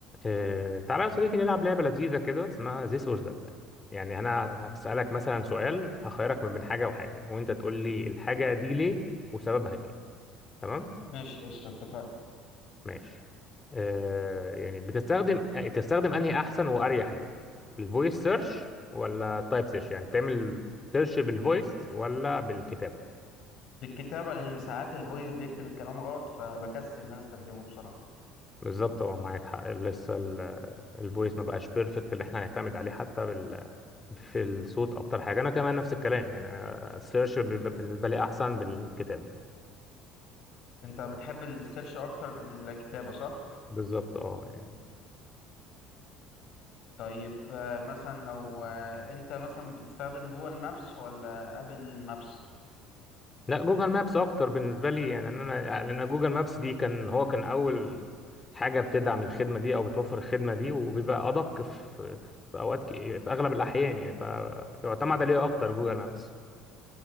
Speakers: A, on the left; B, on the left.
A: آه، تعالى يا صديقي نلعب لعبة لذيذة كده اسمها this or that يعني أنا هسألك مثلا سؤال هخيرك من بين حاجة وحاجة وأنت تقول لي الحاجة دي ليه وسببها إيه تمام
B: ماشي قشطة اتفقنا
A: ماشي آه، يعني بتستخدم تستخدم أنهي أحسن وأريح لي الفويس سيرش ولا التايب سيرش يعني تعمل سيرش بالفويس ولا بالكتابة
B: بالكتابة لأن ساعات الفويس بيكتب الكلام غلط فبكسل إن أنا أستخدمه بصراحة
A: بالظبط هو معاك حق لسه الفويس ما بقاش بيرفكت اللي احنا هنعتمد عليه حتى في الصوت اكتر حاجه انا كمان نفس الكلام يعني أنا السيرش بيبقى بالنسبه لي احسن بالكتاب
B: أنت بتحب السيرش أكتر بالكتابة صح؟
A: بالظبط اه يعني
B: طيب آه، مثلا لو آه، أنت مثلا بتستخدم جوجل مابس ولا أبل مابس؟
A: لا جوجل مابس اكتر بالنسبه لي يعني إن انا يعني لان جوجل مابس دي كان هو كان اول حاجه بتدعم الخدمه دي او بتوفر الخدمه دي وبيبقى ادق في في اوقات كي- في اغلب الاحيان يعني فيعتمد عليه اكتر جوجل مابس